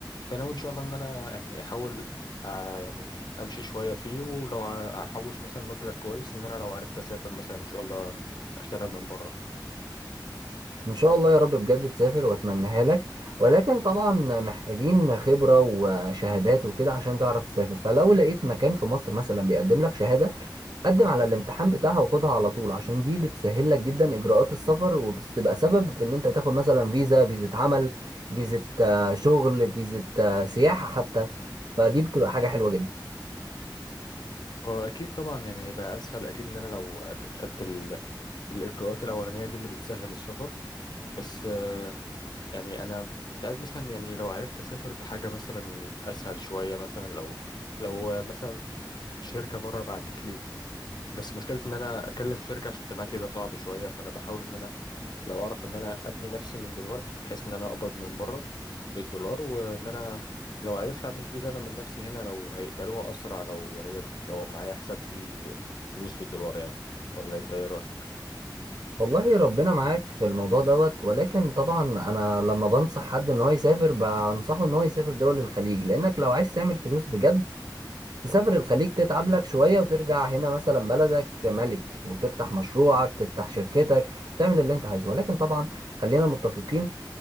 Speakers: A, on the left; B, on the right.
A: فانا ان شاء الله ان انا يعني احاول أه يعني امشي شويه فيه ولو ع- احوش مثلا مبلغ كويس ان انا لو عرفت اسافر مثلا ان شاء الله اشتغل من بره
B: ان شاء الله يا رب بجد تسافر واتمناها لك ولكن طبعا محتاجين خبرة وشهادات وكده عشان تعرف تسافر فلو لقيت مكان في مصر مثلا بيقدم لك شهادة قدم على الامتحان بتاعها وخدها على طول عشان دي بتسهل لك جدا اجراءات السفر وبتبقى سبب في ان انت تاخد مثلا فيزا فيزا عمل فيزا آه، شغل فيزا آه، سياحة حتى فدي بتبقى حاجة حلوة جدا
A: واكيد طبعا يعني هيبقى اسهل اكيد ان انا لو خدت ال- الاجراءات الاولانيه دي اللي بتسهل السفر بس آه، يعني انا كنت عايز مثلا يعني لو عرفت اسافر بحاجه مثلا اسهل شويه مثلا لو لو آه، مثلا شركه بره بعتت لي بس مشكلة ان انا اكلم شركة عشان تبعت لي ده صعب شوية فانا بحاول ان انا لو اعرف ان انا ابني نفسي من دلوقتي بحيث ان انا اقبض من بره بالدولار وان انا لو عرفت اعمل فيزا انا من نفسي هنا لو هيقبلوها اسرع لو هي لو معايا حساب فيه فلوس بالدولار يعني ولا انت ايه رأيك
B: والله ربنا معاك في الموضوع دوت ولكن طبعا انا لما بنصح حد ان هو يسافر بنصحه ان هو يسافر دول الخليج لانك لو عايز تعمل فلوس بجد تسافر الخليج تتعب لك شوية وترجع هنا مثلا بلدك ملك وتفتح مشروعك تفتح شركتك تعمل اللي انت عايزه ولكن طبعا خلينا متفقين